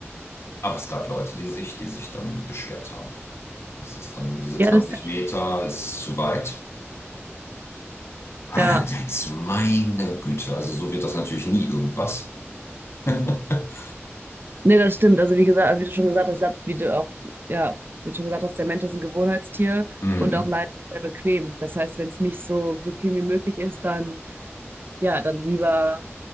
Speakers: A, on the left; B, on the right.
A: aber es gab Leute, die sich, die sich dann beschwert haben. Das ist dann, diese
B: Ja,
A: 20
B: das kann ich.
A: Meter ist zu weit. Ah,
B: Ja.
A: dann denkst du, meine Güte, also so wird das natürlich nie irgendwas. <laughs>
B: Nee, das stimmt. Also wie gesagt, also wie du schon gesagt hast, ich glaube, wie du auch, ja, wie du schon gesagt hast, der Mensch ist ein Gewohnheitstier
A: Mm,
B: und auch leider sehr bequem. Das heißt, wenn es nicht so bequem wie möglich ist, dann, ja, dann lieber,